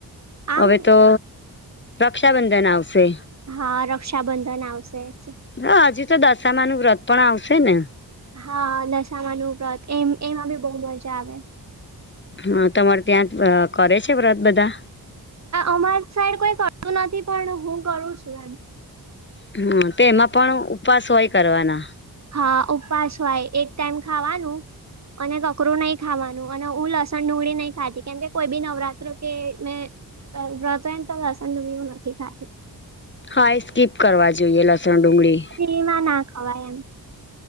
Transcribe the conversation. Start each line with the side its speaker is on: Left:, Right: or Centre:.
Right: આમ
Left: હવે તો રક્ષાબંધન આવશે
Right: હા રક્ષાબંધન આવશે જ
Left: હ હજીુ તો દશામા નું વ્રત પણ આવશે ને.
Right: હા દસામાંનું વ્રત એમ એમાં બી બહ મજા આવે.
Left: હા તમારે ત્યાં જ કરે છે વ્રત બધા.
Right: અમાર સાઈડ કોઈ કરતું નથી પણ હું કરું છું એમ
Left: હમ્મ તો એમાં પણ ઉપવાસ હોય કરવાના.
Right: હા ઉપવાસ હોય એક ટાઈમ ખાવાનું અને કકરું નહી ખાવાનું અને ઉ લસન ડુંગળી નહી ખાતી કેમ કે કોઈ બી નવરાત્ર કે મે વ્રત હોય. લસણ ડુંબીવું નથી ખાતી.
Left: હા એ સ્કીપ કરવા જોઈએ લસણ ડુંગળી
Right: ફી માં ના ખવાય એમ.